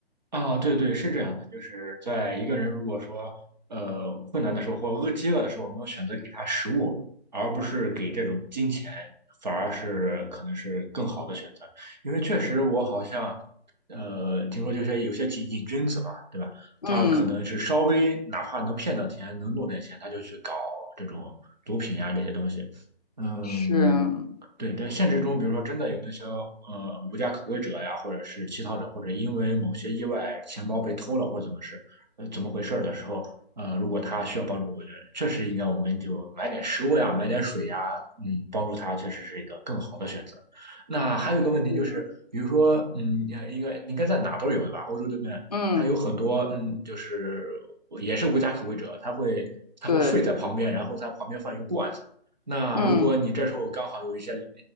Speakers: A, on the right (about 45°); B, on the left (about 40°).
A: 啊，对对，是这样的，就是在一个人如果说呃困难的时候或饿饥饿的时候，我们会选择给他食物，而不是给这种金钱，反而是可能是更好的选择。因为确实我好像呃听说就是有些瘾君子嘛，对吧？
B: 嗯。
A: 他可能是稍微哪怕能骗到钱，能弄点钱，他就去搞这种毒品呀、这些东西。嗯，
B: 是，
A: 对，在现实中，比如说真的有那些呃无家可归者呀，或者是乞讨者，或者因为某些意外钱包被偷了或者怎么事，呃怎么回事儿的时候，呃，如果他需要帮助，我觉得确实应该我们就买点食物呀，买点水呀，嗯，帮助他确实是一个更好的选择。那还有一个问题就是，
B: 嗯
A: 比如说，嗯，呃应该应该在哪都有对吧？欧洲这边它有很多，
B: 嗯，
A: 嗯，就是也是无家可归者，他会他会睡在旁边，
B: 对，
A: 然后在旁边放一个罐子。那如果你这时候刚好有一些，
B: 嗯
A: 嗯，